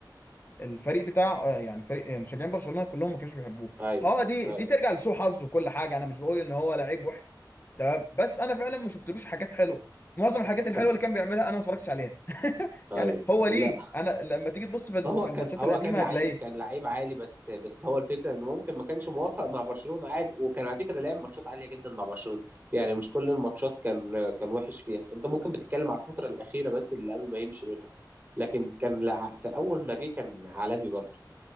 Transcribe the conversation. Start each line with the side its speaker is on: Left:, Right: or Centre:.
Left: الفريق بتاع آه، يعني فريق آه، مشجعين برشلونة كلهم ما كانوش بيحبوه
Right: ايوه
Left: هو دي
Right: ايوه
Left: دي ترجع لسوء حظه وكل حاجة انا مش بقول ان هو لعيب وحش تمام بس انا فعلا ما شفتلوش حاجات حلوة معظم الحاجات الحلوة
Right: طب
Left: اللي كان بيعملها انا ما اتفرجتش عليها <laughs>
Right: ايوه
Left: يعني هو ليه
Right: لا
Left: انا لما تيجي تبص في ال-
Right: هو
Left: في
Right: كان
Left: الماتشات
Right: هو
Left: القديمة
Right: كان لعيب
Left: هتلاقيه
Right: كان لعيب عالي بس بس هو الفكره انه ممكن ما كانش موافق مع برشلونه عادي وكان على فكره لعب ماتشات عاليه جدا مع برشلونه يعني مش كل الماتشات كان كان وحش فيها انت ممكن بتتكلم على الفتره الاخيره بس اللي قبل ما يمشي منها لكن كان لع... في اول ما جه كان عالمي برضه